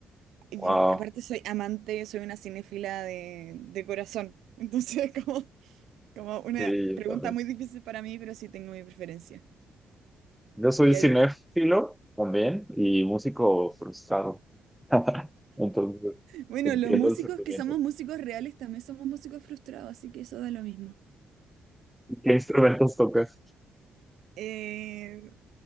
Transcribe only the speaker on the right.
Y
aparte soy amante, soy una cinéfila de, de corazón, entonces <laughs> como, como una
pregunta
muy difícil para mí, pero sí tengo mi preferencia.
Ya
Bueno,
los músicos
que somos músicos reales también somos músicos frustrados, así que eso da lo mismo.
Eh,